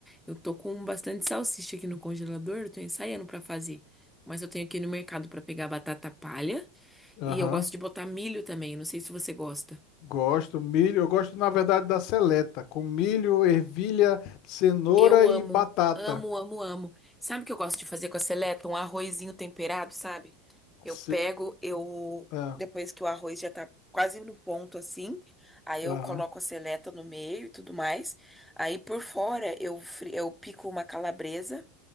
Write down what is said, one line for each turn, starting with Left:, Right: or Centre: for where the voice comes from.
Centre: Eu tô com bastante salsicha aqui no congelador, eu tô ensaiando pra fazer. Mas eu tenho aqui no mercado pra pegar batata palha
Left: Aham.
Centre: e eu gosto de botar milho também, não sei se você gosta.
Left: Gosto, milho. Eu gosto, na verdade, da seleta, com milho, ervilha, cenoura
Centre: Eu
Left: e
Centre: amo,
Left: batata.
Centre: amo, amo, amo. Sabe o que eu gosto de fazer com a seleta? Um arrozinho temperado, sabe? Eu
Left: Ce...
Centre: pego, eu
Left: Ah,
Centre: depois que o arroz já tá quase no ponto assim, aí eu
Left: aham.
Centre: coloco a seleta no meio e tudo mais. Aí por fora eu fri- eu pico uma calabresa